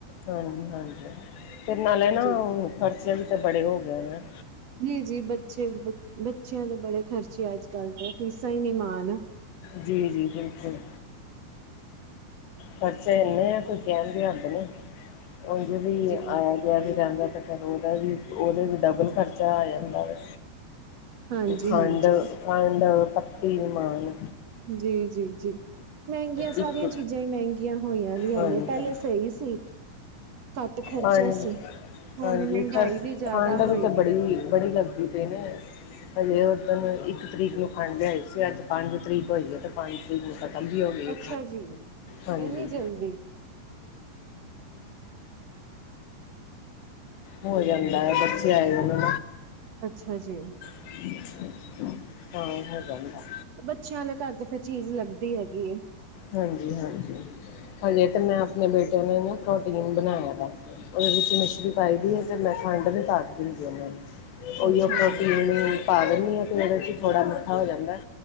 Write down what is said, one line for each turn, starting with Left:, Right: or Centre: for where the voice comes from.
Left: ਹਾਂਜੀ-ਹਾਂਜੀ, ਫੇਰ ਨਾਲੇ ਨਾ
Right: ਜੀ
Left: ਖ਼ਰਚੇ ਵੀ ਤਾਂ ਬੜੇ ਹੋ ਗਏ ਨੇ,
Right: ਜੀ-ਜੀ ਬੱਚੇ ਬੱਚਿਆਂ ਦੇ ਬੜੇ ਖਰਚੇ ਆ ਅੱਜ-ਕੱਲ ਦੇ ਫੀਸਾਂ ਹੀ ਨਹੀਂ ਮਾਨ
Left: ਜੀ-ਜੀ ਬਿਲਕੁਲ, ਖਰਚੇ ਇੰਨੇ ਆ ਕੋਈ ਕਹਿਦੇ ਹੁੰਦੇ ਨੇ ਉਹ ਵੀ,
Right: ਜੀ
Left: ਆ ਵੀ ਰਹਿੰਦਾ, ਅਤੇ ਫਿਰ ਉਹਦਾ ਵੀ ਉਹਦਾ ਵੀ ਡਬਲ ਖਰਚਾ ਆ ਜਾਂਦਾ ਫਿਰ।
Right: ਹਾਂਜੀ
Left: ਖੰਡ-ਖੰਡ
Right: ਹਾਂਜੀ
Left: ਪਤੀ ਨਹੀਂ ਮਾਣ।
Right: ਜੀ-ਜੀ-ਜੀ ਮਹਿੰਗੀਆਂ ਸਾਰੀਆਂ
Left: ਇੱਕ
Right: ਚੀਜ਼ਾਂ ਹੀ ਮਹਿੰਗੀਆਂ। ਹੋਈਆਂ ਹੈਗੀਆਂ,
Left: ਹਾਂਜੀ
Right: ਪਹਿਲੇ ਸਹੀ ਸੀ। ਘੱਟ ਖਰਚਾ
Left: ਹਾਂਜੀ
Right: ਸੀ, ਹੁਣ
Left: ਹਾਂਜੀ
Right: ਮਹਿੰਗਾਈ
Left: ਖਰ
Right: ਵੀ ਜ਼ਿਆਦਾ
Left: ਖੰਡ
Right: ਹੋਈ
Left: ਵੀ ਤਾਂ
Right: ਦੀ
Left: ਬੜੀ
Right: ਐ ਗੀ।
Left: ਬੜੀ ਲੱਗਦੀ ਤੇ ਨਾ ਹਜੇ ਉਸ ਦਿਨ ਇੱਕ ਤਰੀਕ ਨੂੰ ਖੰਡਿਆਈ ਸੀ, ਅੱਜ ਪੰਜ ਤਰੀਕ ਹੋਈ ਹੈ ਤੇ ਪੰਜ ਤਰੀਕ ਨੂੰ ਹਾਜੀ ਆ ਗਈ
Right: ਅੱਛਾ ਜੀ,
Left: ਹਾਂਜੀ-ਹਾਂਜੀ,
Right: ਇੰਨੀ ਜਲਦੀ।
Left: ਹੋ ਜਾਂਦਾ ਹੈ, ਬੱਚੇ ਆਏ ਨਾ,
Right: ਅੱਛਾ ਜੀ,
Left: <unintelligible> ਤਾਂ ਹੋ ਜਾਂਦਾ
Right: ਬੱਚਿਆਂ ਦੇ ਘਰ ਤੇ ਫੇਰ ਚੀਜ਼ ਲੱਗਦੀ ਹੈਗੀ ਏ,
Left: ਹਾਂਜੀ-ਹਾਂਜੀ ਹਜੇ ਤਾਂ ਮੈਂ ਆਪਣੇ ਬੇਟਿਆਂ ਨੇ ਨਾ ਕ ਪਟੀਮ ਬਣਾਇਆ, ਦਾ ਉਹਦੇ ਵਿੱਚ ਮਿਛਲੀ ਪਾਈ ਦੀ ਹੈ, ਅਤੇ ਮੈਂ ਖੰਡ ਵੀ ਤਾ ਦਿੰਦੀ ਉਹਨਾਂ ਨੂੰ ਉਹੀਓ
Right: ਅੱਛਾ
Left: ਪ੍ਰੋਟੀਨ
Right: ਜੀ,
Left: ਪਾ ਦਿੰਦੀ ਆ ਤੇ ਉਹਦੇ ਚ ਥੋੜਾ ਮਿੱਠਾ ਹੋ ਜਾਂਦਾ।